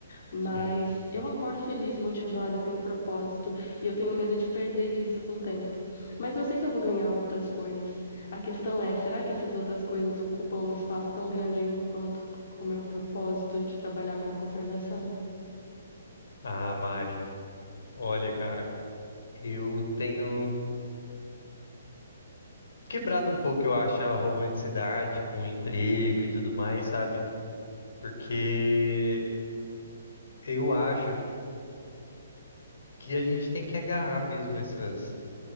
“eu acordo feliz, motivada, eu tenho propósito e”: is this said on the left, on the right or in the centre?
Left